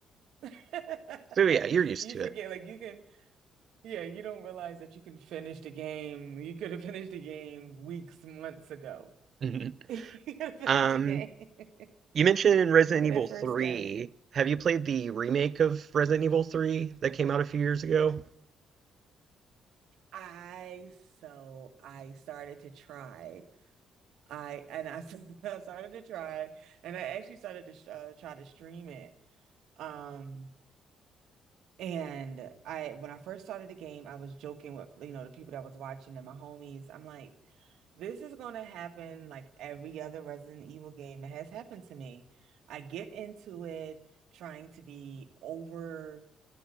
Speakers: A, on the right (about 75°); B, on the right (about 55°).
A: <laughs>
B: So yeah, you're used
A: You
B: to
A: forget,
B: it.
A: like you can, yeah, you don't realize that you can finish the game. You could have finished the game weeks, months ago.
B: Mhm.
A: <laughs> You could have finished
B: Um,
A: the game <laughs> to
B: you mentioned Resident
A: that
B: Evil
A: first
B: 3.
A: day.
B: Have you played the remake of Resident Evil 3 that came out a few years ago?
A: I so I started to try. I and I, s- <laughs> I started to try, and I actually started to sh uh, try to stream it. Um, And I, when I first started the game, I was joking with, you know, the people that was watching and my homies. I'm like, this is going to happen like every other Resident Evil game that has happened to me. I get into it trying to be over,